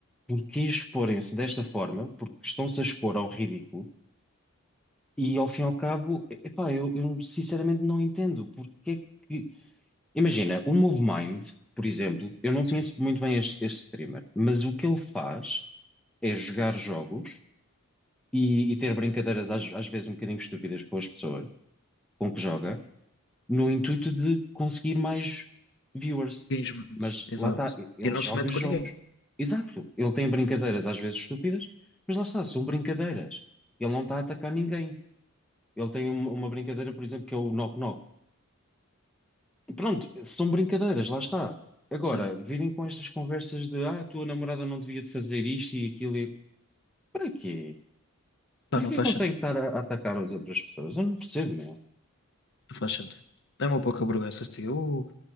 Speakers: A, in the centre; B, on the left (about 55°).
A: porque exporem-se desta forma? Porque estão-se a expor ao ridículo e ao fim e ao cabo, epá, eu, eu sinceramente não entendo porque é que. Imagina, o MoveMind, por exemplo, eu não
B: Sim.
A: conheço muito bem este, este streamer, mas o que ele faz é jogar jogos e, e ter brincadeiras às, às vezes um bocadinho estúpidas com as pessoas com que joga. no intuito de conseguir mais viewers.
B: Infelizmente.
A: Mas
B: Exato.
A: lá está, e- ele
B: E não
A: joga
B: se mete
A: jogos.
B: com ninguém.
A: Exato, ele tem brincadeiras às vezes estúpidas, mas lá está, são brincadeiras. Ele não está a atacar ninguém. Ele tem um- uma brincadeira, por exemplo, que é o Knock Knock. Pronto, são brincadeiras, lá está. Agora,
B: Sim.
A: virem com estas conversas de ah, a tua namorada não devia de fazer isto e aquilo. E... Para quê?
B: Pá,
A: Para
B: não
A: que
B: faz
A: é que ele
B: sentido.
A: tem que estar a, a atacar as outras pessoas? Eu não percebo, meu.
B: Não faz sentido. É uma pouca vergonha. se diga, "Uh,